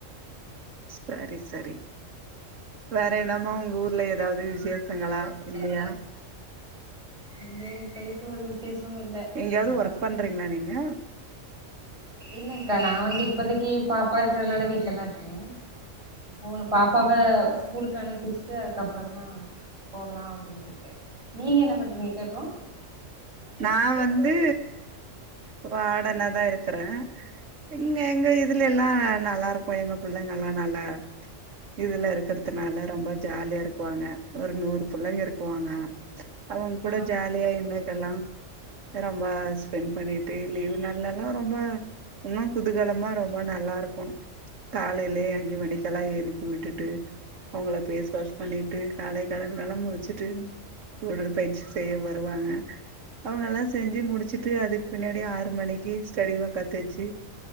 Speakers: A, on the right; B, on the right.
A: சரி சரி வேற என்னமோ உங்க ஊர்ல ஏதாவது விசேஷங்களா இல்லையா
B: இங்க இப்போதைக்கி ஒரு விசேஷமு இல்ல
A: எங்கெயாவது
B: சும்மாதா
A: ஒர்க் பண்றீங்களா நீங்க
B: இல்லங்கா நா வந்து இப்போதைக்கி பாப்பா இருக்கறதுனால வீட்ல தா இருக்கே மூனு பாப்பாவ
A: ம்
B: ஸ்கூலுக்கு அனுப்பிச்சிட்டு அதுக்கப்பறம் தா போகலா அப்டின்னுருக்கே நீங்க என்ன பண்றீங்க்கா சகோ
A: நா வந்து ஃப்ராடனா தா இருக்கே இங்க எங்க இதுல எல்லா நல்லா இருக்கும் எங்க பிள்ளைங்க எல்லா நல்லா இதுல இருக்கறதுனால ரொம்ப ஜாலியா இருக்குவாங்க ஒரு நூறு புள்ளைங்க இருக்குவாங்க அவுங்க கூட
B: ஆ
A: ஜாலியா என்ன இதெல்லா ரொம்ப ஸ்பெண்ட் பண்ணிட்டு லீவ் நாள்ல்ல தா ரொம்ப இன்னும் குதுகலமா ரொம்ப நல்லா இருக்கும் காலைலயே அஞ்சு மணிக்கெல்லா எழுப்பி விட்டுட்டு அவங்கள பேஸ் வாஷ் பண்ணிட்டு காலை கடன்லா முடுச்சிட்டு உடற்பயிற்சி செய்ய வருவாங்க அவுங்க எல்லா செஞ்சு முடிச்சிட்டு அதுக்கு பின்னாடி ஆறு மணிக்கு ஸ்டடி வா கத்து வச்சு